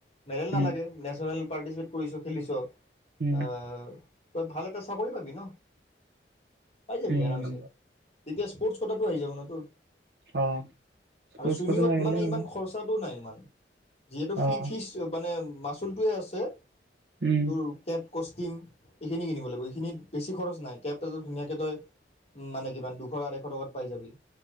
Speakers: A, on the left; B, on the right.
A: মেৰেল
B: উম,
A: নালাগে নেচনেল পাৰটিচন কৰিছ, খেলিছ।
B: উম,
A: আ তই, ভাল এটা চাকৰি পাবি ন। পাই যাবি
B: উম,
A: আৰামছে, জেতিয়া স্পৰ্টছ পদাকটো আহি যাব ন তোৰ,
B: অ'। স্পৰ্টছ
A: আৰু ছুইমিংত
B: কোটাত আহিলে
A: মানে
B: হ'ব
A: ইমান খৰচাটো নাই। যিহেতু
B: অ',
A: ফি ফিজ মনে মাছুল টুহে আছে পাই জাবি আৰামচে,
B: উম,
A: জেতিয়া স্কপ'পদাকটো আহি জাব ন তু। আৰু চুইমিং ইমান খৰছাতু নাই। যিহেতু ফি ফিচ মানে মাচুলটোৱে আছে তোৰ কেপ কষ্টিম এইখিনি কিনিব লাগিব। এইখিনিত বেছিখৰচ খৰচ নাই <inaudible> তই, মানে কিমান দুশ আঢ়ৈশ টকাত পাই যাবি।